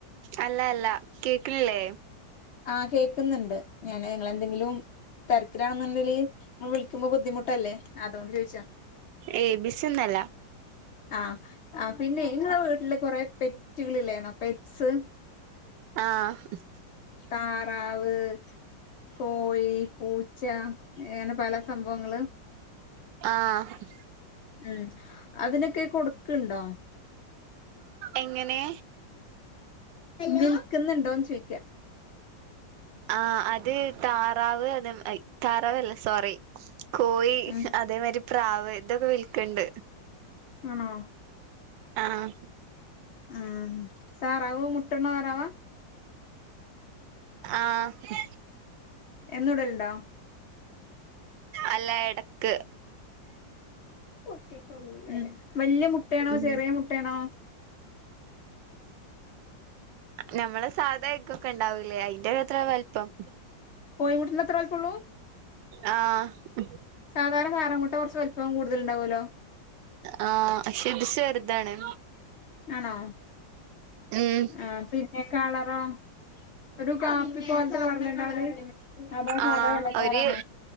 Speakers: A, on the right (about 80°); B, on the left (about 85°).
A: അല്ല അല്ല കേക്ക്ണ്ല്ലേ
B: ആഹ് കേൾക്ക്ന്ന്ണ്ട് ഞാന് ഇങ്ങളെന്തെങ്കിലും തിരക്കിലാനിണ്ടേല്ല് ഇങ്ങള് വിളികുമ്പ ബുദ്ദിമുട്ടല്ലെ അതോണ്ട് ചോയിച്ച
A: ഏ ബി സി ഒന്നുന്നല്ല
B: ആഹ് ആഹ് പിന്നെ നിങ്ങളെ വീട്ടില് കൊറെ പെറ്റുകളിലെന്നൊ പെറ്റ്സ്
A: ആഹ്
B: താറാവ് കോഴി പൂച്ച അങ്ങനെ പല സംഭവങ്ങള്
A: ആഹ്
B: ഉം അതിനൊക്കെ കൊട്ക്ക്ണ്ണ്ടോ
A: എങ്ങനെ
B: വിൽക്കുന്നുണ്ടോന്ന് ചോയ്ക്ക
A: ആഹ് അത് താറാവ് അത് ആയി തരാവല്ല സോറി കോഴി
B: ഉം
A: അതേമാരി പ്രാവ് ഇതൊക്കെ വിൽക്കണ്ട്
B: ആഹ്
A: ആഹ്
B: മ് താറാവ് മുട്ടടുന്ന താറാവ
A: ആഹ്
B: എന്നൂടലിണ്ടോ
A: അല്ല എടക്ക്
B: മ് വല്യയ മുട്ടയാണോ
A: ഉം
B: ചെറിയ മുട്ടയാണോ
A: ഞമ്മളെ സാധ എകൊക്കെ ഇണ്ടാവൂലേ അതിന്റെ അത്ര വലിപ്പം
B: കോഴിമുട്ടെന്റെ അത്ര വലിപ്പുള്ളൂ
A: ആഹ്
B: സാധാരണ താറാമുട്ട കൊറച്ച് വലിപ്പം കൂടുതല് ഇണ്ടാവുല്ലോ
A: ആ ക്ഷെ ഇത് ചെറുതാണ്
B: ആണോ
A: ഉം
B: ആ പിന്നെ കളറോ ഒരു കാ പ്പോലത്തെ കളറല്ലേ ഇണ്ടാവല് അതോ സാധാ
A: ആഹ്
B: വെള്ള കളറാണോ
A: ഒരു